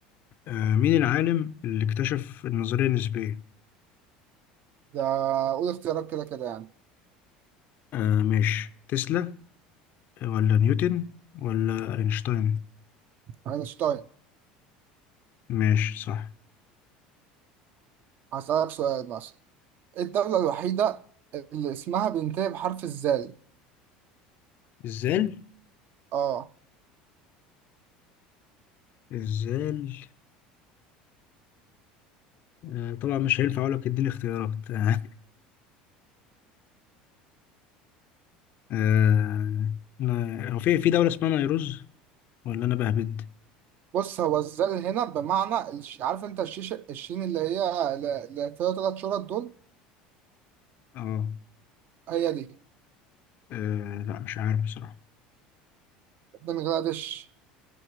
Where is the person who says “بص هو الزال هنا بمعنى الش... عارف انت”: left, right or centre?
Right